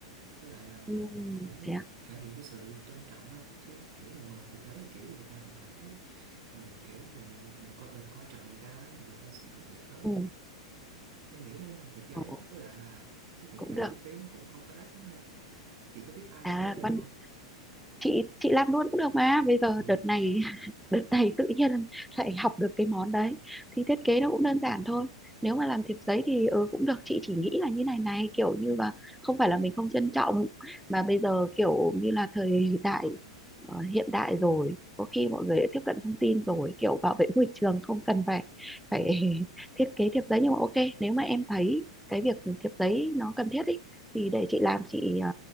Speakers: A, on the right; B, in the centre.
A: Với lại là mình
B: ừ,
A: cũng
B: thế à?
A: thể hiện cái sự trân trọng á Chứ kiểu mình mời thiệp giấy thì kiểu gì người ta cũng cảm thấy Mình kiểu mình mình mình, coi mình coi trọng người ta á, Rồi người ta sẽ có thể tới
B: ừ,
A: Em nghĩ nên làm thiệp giấy
B: ồ,
A: á Với lại là cái thiệp
B: cũng
A: giấy
B: được
A: chi phí nó cũng không có đắt lắm đâu Chị có biết ai
B: à
A: thiết kế được
B: quan
A: không?
B: chị chị làm luôn cũng được mà bây giờ
A: Ui
B: đợt này <laughs> đợt này tự nhiên lại học được cái món đấy thì thiết kế nó cũng đơn giản thôi nếu mà làm thiệp giấy thì ừ, cũng được chị chỉ nghĩ là như này này kiểu như là không phải là mình không trân trọng mà bây giờ kiểu như là thời đại ờ, hiện đại rồi có khi mọi người đã tiếp cận thông tin rồi kiểu bảo vệ môi trường không cần phải phải <laughs> thiết kế thiệp giấy nhưng mà ok nếu mà em thấy cái việc thiệp giấy nó cần thiết ý, thì để chị làm chị ờ,